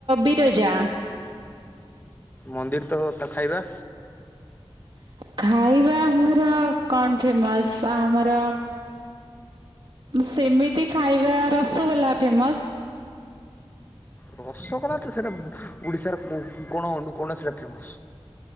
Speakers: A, on the right; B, on the left.
A: ବିରଜା।
B: ମନ୍ଦିର ତ ତା ଖାଇବା।
A: ଖାଇବା ଆମର କଣ ଫେମସ ଆମର ସେମିତି ଖାଇବା ରସଗୋଲା ଫେମସ।
B: ରସଗୋଲା ତ ସେଇଟା ଓଡିଶାର କଣ ଅନୁ କୌଣସି ସେଟା ଫେମସ